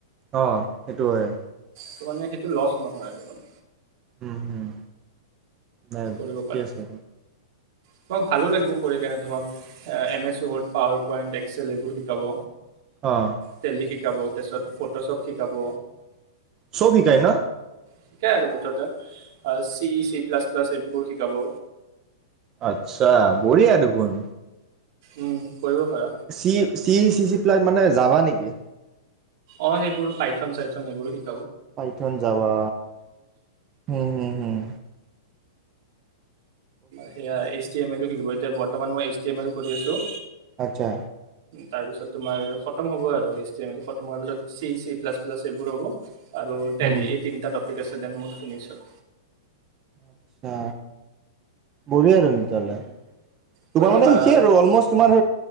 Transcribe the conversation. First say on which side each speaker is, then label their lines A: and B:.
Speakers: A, on the right; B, on the right.
A: অ সেইটো হয়
B: ত মানে সেইটো লছ নহয় আৰু মানে
A: উম হম নাই
B: কৰিব
A: ঠিকে
B: পাৰা
A: আছে
B: তোমাক ভালো লাগিব কৰি কেনে তোমাক M S word, power point, excel এইবোৰ শিকাব।
A: অ'
B: টেলি শিকাব তাৰপিছত ফটোশ্বপ শিকাব
A: সব শিকাই ন
B: শিকাই আৰু মুঠতে চি, চি প্লাছ প্লাছ এইবোৰ শিকাব।
A: আচ্ছা বঢ়িয়া দেখোন
B: উম কৰিব পাৰা
A: চি চি চি চি প্লাইট মানে যাবা নেকি?
B: অ সেইবোৰ পাইথন চাইথন এইবোৰ শিক
A: পাইথন যাবা হম হম হম
B: সেয়া এইচ টি এম এলও শিক গ এতিয়া বৰ্তমান মই এইছ টি এম এল কৰি আছোঁ।
A: আচ্ছা
B: তাৰ পিছত তোমাৰ খতম হ'ব আৰু এইচি খতম হোৱাৰ পিছত চি চি প্লাছ প্লাছ এইবোৰ হ'ব আৰু
A: হুম
B: টেলি এই তিনিটা ত ঠিক আছে দেন মই শুনিছোঁ
A: আচ্ছা, বঢ়িয়া দেখোন তেনেহ'লে তোমাৰ
B: কৰিব
A: মানে
B: পাৰা
A: শিকেই আৰু অলমষ্ট তোমাৰ